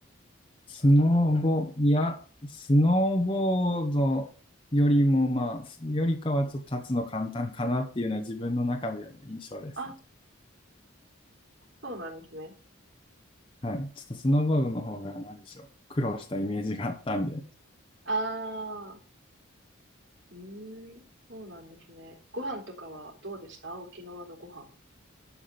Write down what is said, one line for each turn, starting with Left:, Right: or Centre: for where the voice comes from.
Left: スノーボ、いや、スノーボードよりもまあ、よりかはちょっと立つの簡単かなっていうのは自分の中での印象ですね。
Right: あ、そうなんですね。
Left: はい。ちょっとスノーボードの方が何でしょう。苦労したイメージがあったんで。
Right: ああ。うーん、そうなんですね。ご飯とかはどうでした沖縄のご飯。